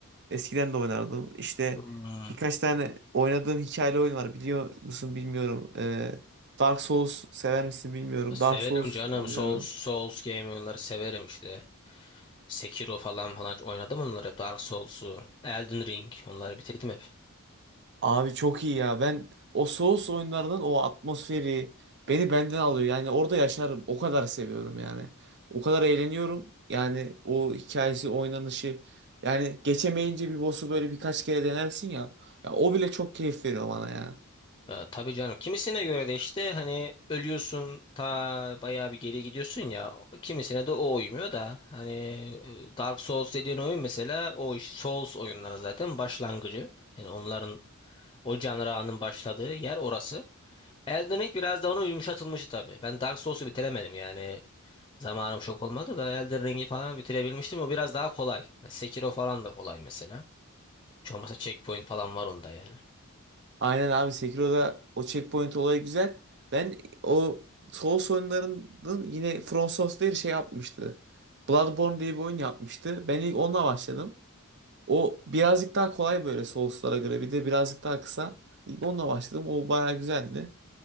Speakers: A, on the right; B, on the left.
A: Eskiden de oynardım. İşte
B: Hmm.
A: birkaç tane oynadığım hikayeli oyun var. Biliyor musun bilmiyorum. E, Dark Souls sever misin bilmiyorum.
B: Severim
A: Dark Souls
B: canım.
A: oynuyorum.
B: Souls, Souls game oyunları severim işte. Sekiro falan falan oynadım onları hep. Dark Souls'u, Elden Ring onları bitirdim hep.
A: Abi çok iyi ya. Ben o Souls oyunlarının o atmosferi beni benden alıyor. Yani orada yaşarım. O kadar seviyorum yani. O kadar eğleniyorum. Yani o hikayesi, oynanışı. Yani geçemeyince bir boss'u böyle birkaç kere denersin ya. Ya o bile çok keyif veriyor bana ya.
B: Ee, tabii canım. Kimisine göre de işte hani ölüyorsun ta bayağı bir geri gidiyorsun ya. Kimisine de o uymuyor da hani e, Dark Souls dediğin oyun mesela o iş- Souls oyunları zaten başlangıcı. Yani onların o canranın başladığı yer orası. Elden Ring biraz da onun yumuşatılmışı tabii. Ben Dark Souls'u bitiremedim yani. Zamanım çok olmadı da Elden Ring'i falan bitirebilmiştim. O biraz daha kolay. Sekiro falan da kolay mesela. Hiç olmazsa checkpoint falan var onda yani.
A: Aynen abi Sekiro'da o checkpoint olayı güzel. Ben o Souls oyunlarının yine From Software şey yapmıştı. Bloodborne diye bir oyun yapmıştı. Ben ilk onunla başladım. O birazcık daha kolay böyle Souls'lara göre. Bir de birazcık daha kısa. İlk onunla başladım. O bayağı güzeldi.